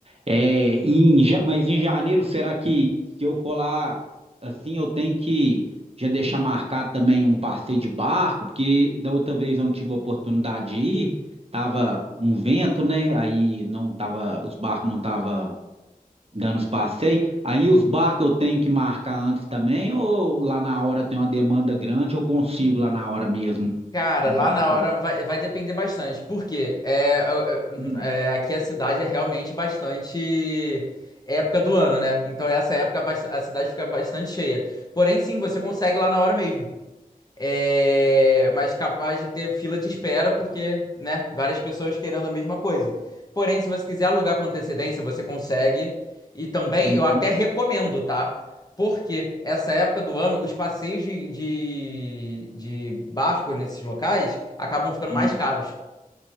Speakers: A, on the right (about 40°); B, on the left (about 25°).
A: É, e em ja- mas em janeiro, será que se eu for lá assim, eu tenho que já deixar marcado também um passeio de barco, porque da outra vez eu não tive a oportunidade de ir, tava um vento, né? Aí não tava, os barcos não estavam dando os passeios. Aí os barcos eu tenho que marcar antes também, ou lá na hora tem uma demanda grande, eu consigo lá na hora mesmo
B: Cara,
A: um
B: lá
A: passeio?
B: na hora vai, vai depender bastante. Por quê? É,
A: Hum,
B: é, é, aqui a cidade é realmente bastante época do ano, né? Então, essa época basta- a cidade fica bastante cheia. Porém, sim, você consegue lá na hora mesmo. É, mas capaz de ter fila de espera, porque, né, várias pessoas querendo a mesma coisa. Porém, se você quiser alugar com antecedência, você consegue. E também,
A: uhum,
B: eu até recomendo, tá? Porque essa época do ano, os passeios de, de, de barco nesses locais acabam ficando
A: hum.
B: mais caros.